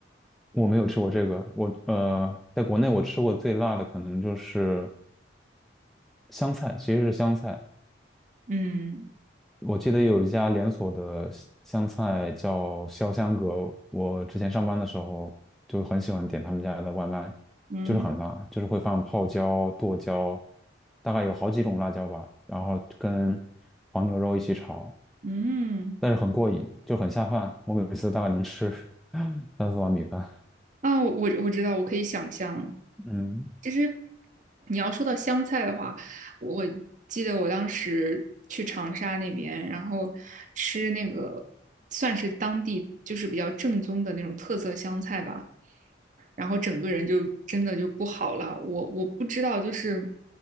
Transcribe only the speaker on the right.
嗯
嗯
嗯，
啊，我我知道，我可以想象，
其实你要说到湘菜的话，我记得我当时去长沙那边，然后吃那个算是当地就是比较正宗的那种特色湘菜吧，然后整个人就真的就不好了。我我不知道，就是